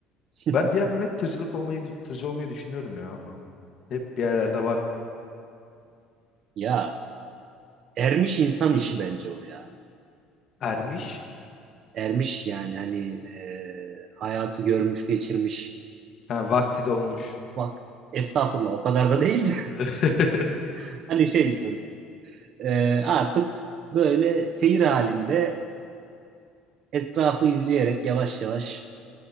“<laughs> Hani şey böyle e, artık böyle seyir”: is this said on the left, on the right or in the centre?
Right